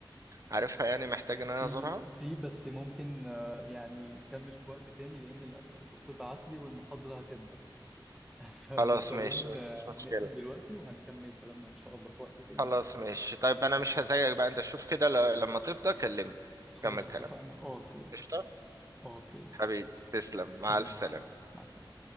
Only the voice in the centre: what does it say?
في
في بس ممكن آه، يعني نكمل في وقت تاني لان للاسف الدكتور بعت لي والمحاضره هتبدا <laughs> فمضطرين
آه،
نقفل دلوقتي وهنكمل كلامنا إن شاء الله في وقت تاني
خلاص
اتفقنا أوكي
أوكي
سلام
مع السلامة